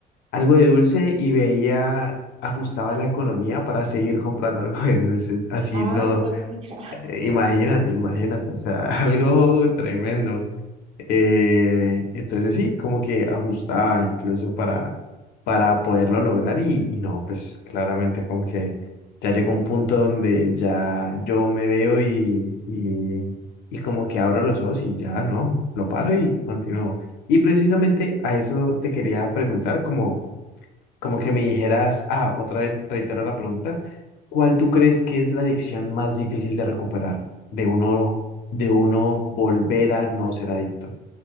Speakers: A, on the left; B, on the right.
A: algo de dulce y veía, ajustaba la economía para seguir comprando <laughs> algo de dulce, así
B: Ah,
A: no,
B: juepucha. <laughs>
A: eh, Imagínate, imagínate, o sea, <laughs> algo tremendo. Eh, entonces sí, como que ajustaba incluso para, para poderlo lograr y, y no, pues claramente como que ya llegó un punto donde ya yo me veo y, y, y como que abro los ojos y ya no, lo paro y continúo. Y precisamente a eso te quería preguntar como como que me dijeras, ah, otra vez reitero la pregunta, ¿cuál tú crees que es la adicción más difícil de recuperar? De uno, de uno volver a no ser adicto.